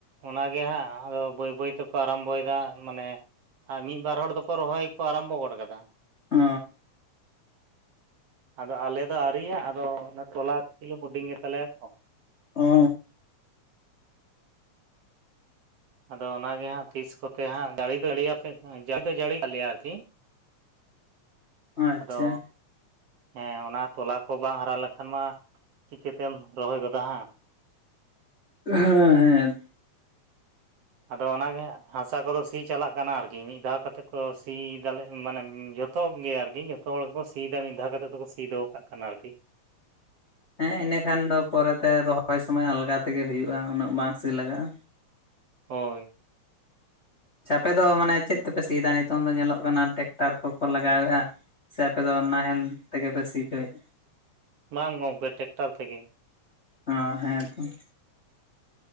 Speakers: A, on the right (about 60°); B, on the left (about 30°).
A: ᱚᱱᱟᱜᱮ ᱦᱟᱸᱜ ᱟᱫᱚ ᱵᱟᱹᱭ ᱵᱟᱹᱭ ᱛᱮᱠᱚ ᱟᱨᱟᱢᱵᱚᱭ ᱮᱫᱟ ᱢᱟᱱᱮᱼᱼ ᱟᱨ ᱢᱤᱫ ᱵᱟᱨ ᱦᱚᱲ ᱫᱚᱠᱚ ᱨᱚᱦᱚᱭ ᱠᱚ ᱟᱨᱟᱢᱵᱚ ᱜᱚᱫ ᱠᱟᱫᱟ᱾
B: ᱚᱻ
A: <inaudible> ᱟᱫᱚ ᱟᱞᱮ ᱫᱚ ᱟᱹᱣᱨᱤᱟ ᱟᱫᱚ ᱛᱚᱞᱟ ᱠᱷᱤᱞᱤ ᱦᱩᱰᱤᱧ ᱜᱮᱛᱟ ᱞᱮᱭᱟ ᱛᱚ
B: ᱚᱻ
A: ᱟᱫᱚ ᱚᱱᱟᱜ ᱜᱮ ᱦᱟᱸᱜ ᱛᱤᱥ ᱠᱚᱛᱮ ᱦᱟᱸᱜ ᱡᱟᱹᱲᱤ ᱫᱚᱟᱹᱲᱤᱛᱮ ᱡᱟᱹᱲᱤ ᱫᱚ ᱡᱟᱹᱲᱤᱭᱟᱞᱮᱭᱟ ᱟᱨᱠᱤ,
B: ᱚ ᱟᱪᱪᱷᱟ
A: ᱟᱫᱚᱼᱼ ᱦᱮᱸ ᱚᱱᱟ ᱛᱚᱞᱟ ᱠᱚ ᱵᱟᱝ ᱦᱟᱨᱟ ᱞᱮᱱ ᱠᱷᱟᱱ ᱢᱟ ᱪᱤᱠᱟᱹ ᱛᱮᱢ ᱨᱚᱦᱚᱭ ᱜᱚᱫᱟ ᱦᱟᱸᱜ
B: ᱦᱮᱸ ᱦᱮᱸᱻ
A: ᱟᱫᱚ ᱚᱱᱟ ᱜᱮ ᱦᱟᱥᱟ ᱠᱚ ᱫᱚ ᱥᱤ ᱪᱟᱞᱟᱜ ᱠᱟᱱᱟ ᱟᱨᱠᱤ ᱢᱤᱫ ᱫᱷᱟᱣ ᱠᱟᱛᱮᱫ ᱠᱚ ᱥᱤ ᱮᱫᱟ ᱞᱮ ᱢᱟᱱᱮ ᱡᱚᱛᱚ ᱡᱚᱛᱚ ᱜᱮ ᱟᱨᱠᱤ ᱡᱚᱛᱚ ᱦᱚᱲ ᱜᱮ ᱠᱚ ᱥᱤ ᱮᱫᱟ ᱢᱤᱫ ᱫᱷᱟᱣ ᱠᱟᱛᱮ ᱫᱚ ᱠᱚ ᱥᱤ ᱫᱚᱦᱚ ᱠᱟᱜ ᱠᱟᱱᱟ ᱟᱨᱠᱤ
B: ᱦᱮᱸ ᱤᱱᱟᱹ ᱠᱷᱟᱱ ᱫᱚ ᱯᱚᱨᱮ ᱛᱮ ᱨᱚᱦᱚᱭ ᱥᱚᱢᱚᱭ ᱟᱞᱜᱟ ᱛᱮ ᱜᱮ ᱦᱩᱭᱩᱜᱼᱟ᱾ ᱩᱱᱟᱹᱜ ᱵᱟᱝ ᱥᱤ ᱞᱟᱜᱟᱜᱼᱟ᱾
A: ᱦᱚᱭ
B: ᱟᱯᱮ ᱫᱚ ᱢᱟᱱᱮ ᱪᱮᱫ ᱛᱮ ᱯᱮ ᱥᱤ ᱮᱫᱟ ᱱᱤᱛᱚᱝ ᱫᱚ ᱧᱮᱞᱚᱜ ᱠᱟᱱᱟ ᱴᱮᱠᱴᱟᱨ ᱠᱚᱠᱚ ᱞᱟᱜᱟᱣᱮᱜᱼᱟ᱾ ᱥᱮ ᱟᱯᱮ ᱫᱚ ᱱᱟᱦᱮᱞ ᱛᱮ ᱜᱮ ᱯᱮ ᱥᱤ ᱚᱪᱚᱭ ᱫᱟ᱾
A: ᱵᱟᱝ ᱜᱚᱝᱠᱮ ᱴᱮᱠᱴᱟᱨ ᱛᱮ ᱜᱮ᱾
B: ᱚ ᱦᱮᱸ ᱛᱚ